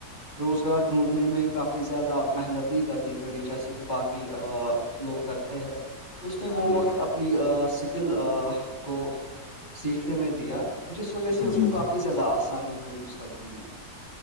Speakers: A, on the left (about 30°); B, on the left (about 75°).
A: روزگار ڈھونڈنے میں کافی زیادہ محنت کرنی پڑی جیسے کہ باقی لوگ کرتے ہیں اس نے وہ
B: جی
A: وقت اپنے اپنی سکل کو سیکھنے میں دیا جس وجہ سے اس
B: جی
A: کو کافی
B: جی
A: زیادہ آسانی ہوئی مستقبل میں